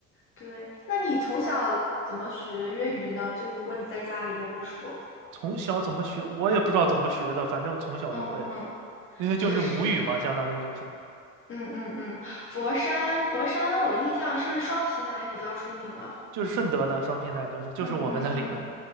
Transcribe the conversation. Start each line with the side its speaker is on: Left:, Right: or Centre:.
Left: 对，那你从小怎么学粤语呢？就如果你在家里又不说，
Right: 从小怎么学我也不知道怎么学的，反正从小就会，
Left: 嗯嗯，
Right: 因为就是母语嘛，
Left: 确实，
Right: 相当于就是。
Left: 嗯嗯嗯，佛山佛山，我印象是不是双皮奶比较出名啊？
Right: 就是顺德的双平台，就是就是我们那里的，
Left: 嗯嗯嗯。